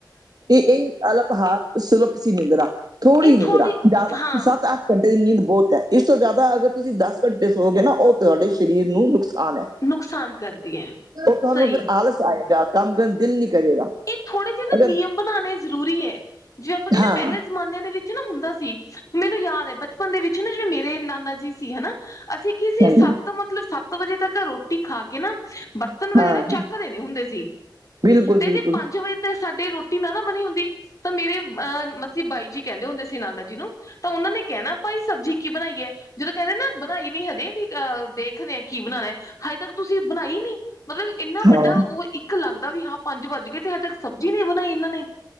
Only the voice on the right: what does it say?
ਇਹ ਇਹ ਅਲੱਪ ਆਹਾਰ ਸੁਲਪ ਸੀ ਨਿੰਦਰਾ, ਥੋੜ੍ਹੀ
ਨਿੰਦਰਾ ਜ਼ਿਆਦਾ ਨੀ
ਸੱਤ-ਅੱਠ ਘੰਟੇ ਦੀ ਨੀਂਦ ਬਹੁਤ ਹੈ ਇਸ ਤੋਂ ਜ਼ਿਆਦਾ ਅਗਰ ਤੁਸੀਂ ਦਸ ਘੰਟੇ ਸੋਗੇ ਨਾ ਉਹ ਤੁਹਾਡੇ ਸਰੀਰ ਨੂੰ ਨੁਕਸਾਨ ਹੈ।
ਉ ਤੁਹਾਨੂੰ
ਫਿਰ ਆਲਸ ਆਏਗਾ ਕੰਮ ਕਰਨ ਦਾ ਦਿਲ ਨੀ ਕਰੇਗਾ।
ਅਗਰ
ਹਾਂ
ਹਾਂਜੀ
ਹਾਂ
ਬਿਲਕੁਲ
ਬਿਲਕੁਲ
ਹਾਂ